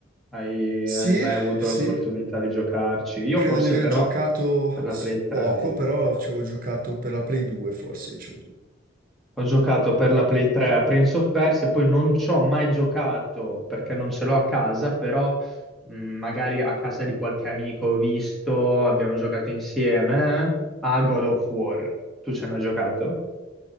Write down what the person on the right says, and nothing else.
Sì,
sì,
credo
di aver
giocato
s-
poco,
però l'avevo giocato per la Play 2 forse. Diciamo.